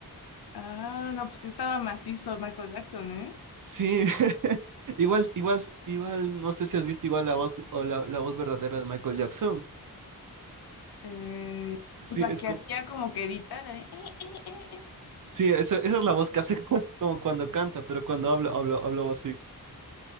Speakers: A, on the left; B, on the right.
A: Ah, no, pues sí estaba macizo Michael Jackson, ¿eh?
B: Sí, <laughs> igual, igual, igual, no sé si has visto igual la voz o la, la voz verdadera de Michael Jackson.
A: Eh,
B: Sí,
A: pues la
B: es,
A: que
B: co-
A: hacía como que editar, ¿eh? Eh, eh, eh, eh.
B: sí, esa, esa es la voz que hace <laughs> como cuando canta, pero cuando habla, habla, habla así.